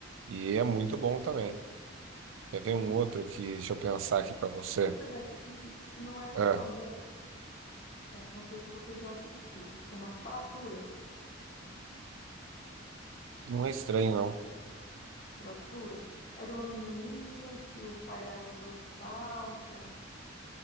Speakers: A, on the right; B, on the left.
A: E é muito bom também. Quer
B: O-
A: ver um outro que, deixa eu pensar aqui pra você.
B: tem um da Netflix que não é tão
A: Ah,
B: famoso. É, não sei se você já assistiu, chama Fratura.
A: não é estranho, não.
B: Fratura. É de uma menininha que o pai leva para o hospital, que, a-